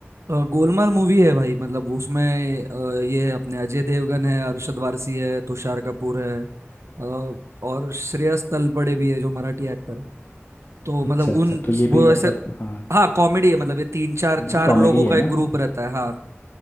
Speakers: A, on the right (about 80°); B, on the left (about 45°).
A: अ, गोलमाल मूवी है भाई मतलब उसमें अ, ये है अपने अजय देवगन है अरशद वारसी है तुषार कपूर है अ, और श्रेयस तलपड़े भी है जो मराठी एक्टर है तो
B: अच्छा
A: मतलब
B: अच्छा
A: उन
B: तो ये भी
A: वो
B: मतलब
A: ऐसे
B: हाँ
A: हाँ कॉमेडी है मतलब ये तीन चार
B: ये
A: चार
B: भी कॉमेडी
A: लोगों
B: है
A: का एक
B: ना
A: ग्रुप रहता है हाँ